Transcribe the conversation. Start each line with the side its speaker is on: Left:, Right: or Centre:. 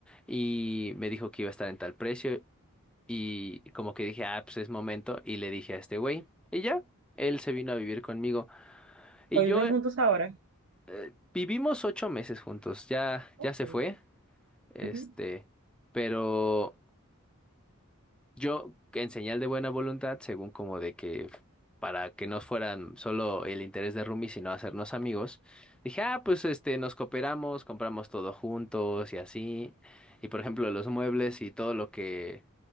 Centre: y me dijo que iba a estar en tal precio y como que dije, ah, pues es momento y le dije a este güey y ya, él se vino a vivir conmigo y
Right: Hoy
Centre: yo
Right: viven
Centre: eh,
Right: juntos ahora.
Centre: eh, vivimos ocho meses juntos, ya,
Right: Ok.
Centre: ya se fue, este,
Right: Ujú.
Centre: pero... Yo, en señal de buena voluntad, según como de que f- para que no fueran solo el interés de Rumi, sino hacernos amigos, dije, ah, pues este, nos cooperamos, compramos todo juntos y así. Y por ejemplo, los muebles y todo lo que,